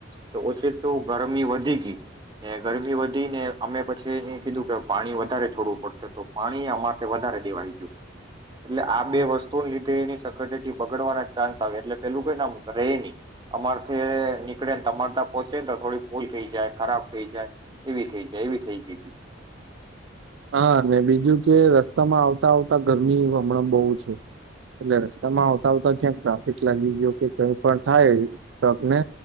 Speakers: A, on the right; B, on the right.
A: તો ઓછી તો ગરમી વધી ગઈ ગરમી વધીને અમે પછી એ કીધું કે પાણી વધારે છોડવું પડશે તો પાણી અમારેથી વધારે દેવાળી ગયું. એટલે આ બે વસ્તુને લીધે એની સકટેેટી બગડવાના ચાન્સ આવે એટલે પેલું કઈ ના ર નહ અમારથી નીકળે ને અમાર ત પોહોંચે ને તો થોડી ફૂલ થઈ જાય ખરાબ થઈ જાય એવી થઈ જાય એવી થઈ ગય હતી.
B: હા ને બીજું કે રસ્તામાં આવતા આવતા ગરમી હમણાં બહુ છે એટલે રસ્તામાં આવતા આવતા ક્યાંક ટ્રાફિક લાગી ગયો કે કઈ પણ થાય ટ્રક ને